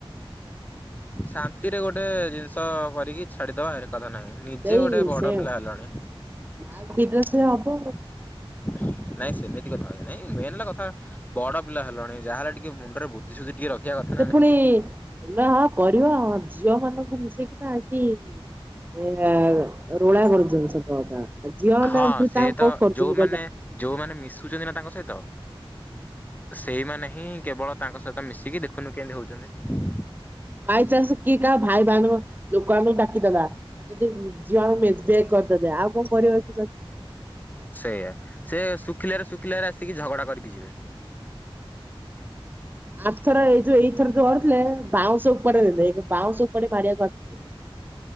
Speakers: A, on the left (about 15°); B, on the right (about 20°).
A: ଶାନ୍ତିରେ ଗୋଟେ ଜିନିଷ କରିକି ଛାଡିଦବା ଏ କଥା ନାହିଁ। ନିଜେ
B: ସେଇ
A: ଗୋଟେ ବଡ
B: ସେ
A: ପିଲା ହେଲଣି।
B: <unintelligible>
A: <inaudible> ନାଇଁ ସେମିତି କଥା ହୁଏ ନାଇଁ ମେନ ହେଲା କଥା ବଡ ପିଲା ହେଲଣି ଯାହା ହେଲେ ଟିକେ ମୁଣ୍ଡରେ ବୁ ଧି ସୁଧି ଟିକେ ରହିବା କଥା। ନା
B: ସେ
A: ନାଇଁ।
B: ପୁଣି ଏମା ହ କରିବ ଝିଅ ମାନଙ୍କୁ ମିଶେଇକି ପା ଆକି ଏରା ରୋଳା କରୁଛନ୍ତି ସତ କଥା ଝିଅ
A: ହଁ
B: ନା ପୁ
A: ସେ
B: ତାଙ୍କୁ
A: ତ
B: କୋକ କରୁଛନ୍ତି
A: ଯୋଉମାନେ
B: କହିଲ।
A: ଯୋଉମାନେ ମିଶୁଚନ୍ତି ନା ତାଙ୍କ ସହିତ ସେଇମାନେ ହିଁ କେବଳ ତାଙ୍କ ସହିତ ମିଶିକି ଦେଖୁନୁ କେମିତି ହଉଛନ୍ତି।
B: ପାଇ ଚାଷ କି କା ଭାଇ ବଣ ଲୋକଙ୍କୁ ଡାକିଦେଲା ଆଉ ଯଦି ଝିଅହଣ କରିଦେଦେ ଆଉ କଣ କରିବାର
A: ସେଇଆ ସେ ଶୁଖିଲାରେ ଶୁଖିଲାରେ ଆସିକି ଝଗଡା କରିକି ଯିବେ
B: ଆଠ ଥର ଏଇ ଯୋଉ ଏଇଥର ଯୋଉ ହଥିଲେ ବାଉଁଶ ଉପଡ ବାଉଁଶ ଉପଡି ମାରିବାକୁ ଆସିଥିଲେ